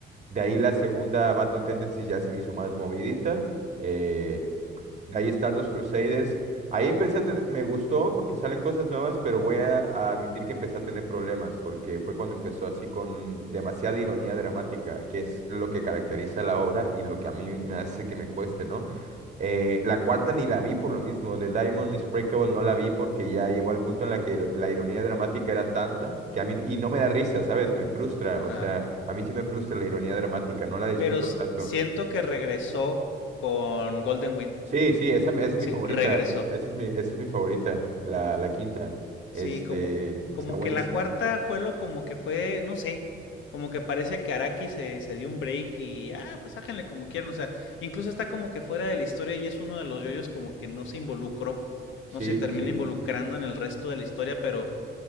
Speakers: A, on the right; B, on the left.
A: De ahí la segunda Battle Tendency ya se me hizo más movidita. eh, de ahí Stardust Crusaders. Ahí empecé a tener, me gustó porque salen cosas nuevas, pero voy a, a admitir que empecé a tener problemas, porque fue cuando empezó así con demasiada ironía dramática, que es lo que caracteriza la obra y lo que a mí me hace que me cueste, ¿no? Eh, la cuarta ni la vi por lo mismo, The Diamond is Unbreakable no la vi porque ya llegó al punto en la que la ironía dramática era tanta que a mí, y no me da risa, ¿sabes? Me frustra,
B: Ajá.
A: o sea, a mí sí me frustra la ironía dramática, no la disfruto
B: Pero s-
A: tanto.
B: siento que regresó con Golden Wind.
A: Sí, sí, esa es mi
B: Sí,
A: favorita.
B: regresó.
A: Esa es mi, esa es mi favorita, la, la quinta. Este,
B: Sí, como, como
A: está buenísima.
B: que la cuarta fue lo como que fue, no sé, como que parece que Araki se, se dio un break y, ah, pues háganle como quieran. O sea, incluso está como que fuera de la historia y es uno de los yoyos como que no se involucró,
A: Sí,
B: no se termina
A: sí, sí.
B: involucrando en el resto de la historia, pero